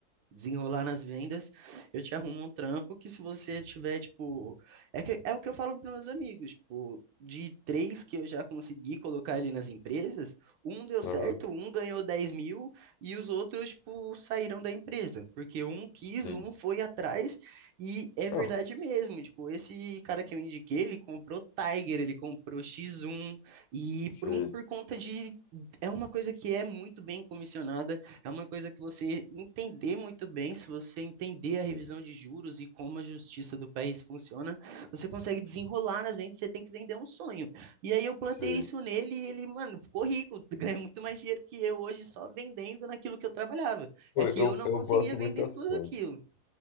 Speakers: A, on the right; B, on the left.
A: desenrolar nas vendas, eu te arrumo um trampo que se você tiver, tipo, é que, é o que eu falo para meus amigos, tipo, de três que eu já consegui colocar ali nas empresas, um deu certo,
B: aham,
A: um ganhou 10 mil e os outros, tipo, saíram da empresa, porque um quis,
B: sim.
A: um foi atrás e é verdade
B: Ah,
A: mesmo, tipo, esse cara que eu indiquei, ele comprou Tiger, ele comprou X1 e
B: sim,
A: por, um, por conta de, é uma coisa que é muito bem comissionada é uma coisa que você entender muito bem, se você entender a revisão
B: sim,
A: de juros e como a justiça do país funciona, você consegue desenrolar nas vendas, você tem que vender um sonho. E aí eu plantei
B: sim.
A: isso nele e ele, mano, ficou rico, <laughs> ganha muito mais dinheiro que eu hoje só vendendo naquilo que eu trabalhava.
B: Pô,
A: É que
B: Eu,
A: eu não
B: eu
A: conseguia
B: boto
A: vender
B: muita
A: tudo
B: fé.
A: aquilo.